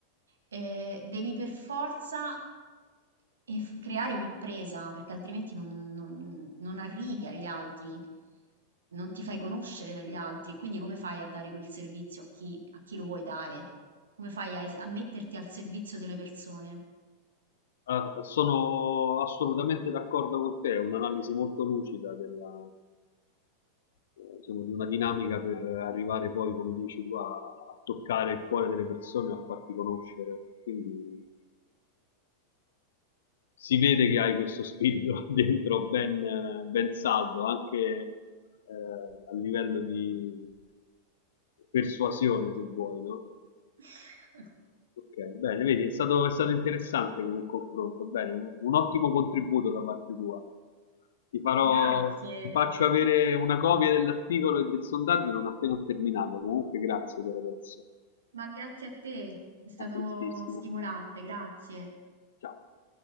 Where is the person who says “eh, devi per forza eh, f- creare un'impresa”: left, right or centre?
Right